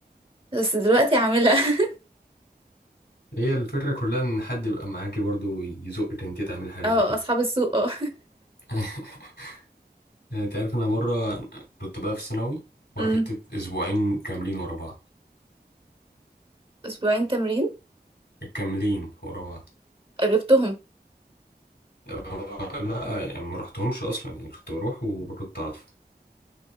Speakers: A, on the right; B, on the left.
A: بس دلوقتي عامله <laughs>
B: هي الفكرة كلها ان حد يبقى معاكي برضو يزقك انت تعمل حاجة
A: اه
B: زي كده
A: اصحاب السوق اه
B: <laughs> يعني انت عارف انا مرة كنت بقى في ثانوي مرة
A: أمم.
B: خدت اسبوعين كاملين ورا بعض
A: اسبوعين تمرين
B: كاملين ورا بعض
A: جبتهم
B: <laughs> آه، لا يعني ما رحتهمش اصلا يعني كنت بروح وكنت اعرف